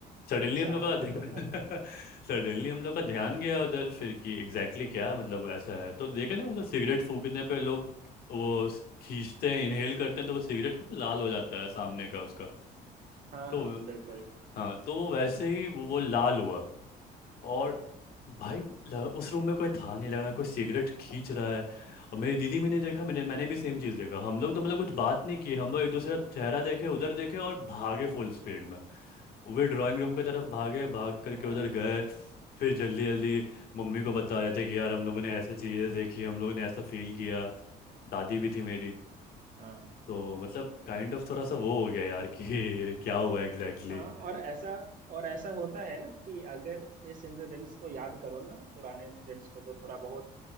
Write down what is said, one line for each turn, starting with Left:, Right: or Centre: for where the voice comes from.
Left: सडनली
Right: अच्छा
Left: हम लोग का
Right: <laughs>
Left: <laughs> सडनली हम लोग का ध्यान गया उधर फिर कि एग्जैक्टली exactly क्या मतलब ऐसा है तो देखे ना वो लोग सिगरेट फूकने पे लोग वो खींचते हैं इनहेल करते हैं तो वो सिगरेट कितना लाल हो जाता है सामने का उसका
Right: हाँ
Left: तो
Right: हाँ बिल्कुल
Left: हाँ तो वो वैसे ही वो लाल हुआ और भाई लगा, उस रूम में कोई था नहीं लग रहा कोई सिगरेट खींच रहा है और मेरी दीदी मैंने देखा मैंने मैंने भी सेम चीज़ देखा हम लोग तो मतलब कुछ बात नहीं की हम लोग एक दूसरे का चेहरा देखे उधर देखे और भागे फुल स्पीड में वे ड्राइंग रूम की तरफ भागे भाग करके
Right: हाँ
Left: उधर गए फिर जल्दी जल्दी मम्मी को बता रहे थे कि यार हम लोगों ने ऐसे चीज़ें देखी हम लोगों ने ऐसा फील किया दादी भी थी मेरी
Right: हाँ
Left: तो मतलब काइंड ऑफ थोड़ा सा वो हो गया यार कि <laughs> क्या हुआ एग्जैक्टली
Right: हाँ
Left: exactly.
Right: और ऐसा और ऐसा होता है ना कि अगर इस इंसिडेंट्स को याद करो ना पुराने इंसिडेंट्स को जो थोड़ा बहुत